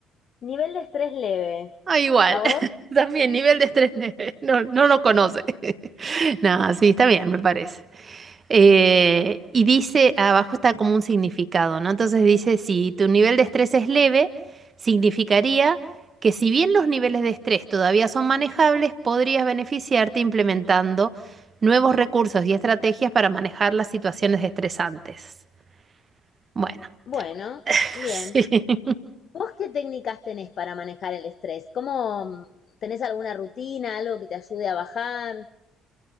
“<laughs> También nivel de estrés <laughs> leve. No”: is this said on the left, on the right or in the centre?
Right